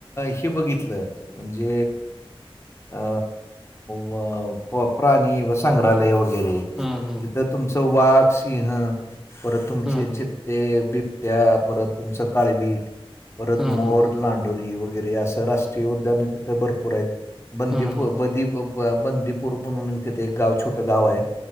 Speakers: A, on the left (about 25°); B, in the centre.
A: हे बघितलं म्हणजे अ व प्र प्राणी व संग्रहालय वगैरे
B: हम.
A: तिथं तुमचं वाघ, सिंह, परत तुमचे
B: हम्म
A: चित्ते,
B: हम्म
A: बिबट्या, परत तुमचं काळवीट, परत
B: हम्म
A: मोर, लांडोरी, वगैरे अस राष्ट्रीय उद्यान तिथ भरपूर आहेत, बंदी
B: हम्म
A: ब
B: हम्म हम्म हम्म हम्म
A: ब बंदीपूर म्हणून तिथे एक गाव छोटं गाव आहे.